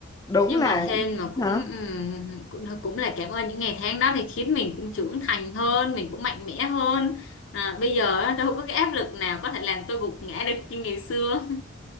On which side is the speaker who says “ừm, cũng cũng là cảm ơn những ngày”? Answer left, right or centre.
Left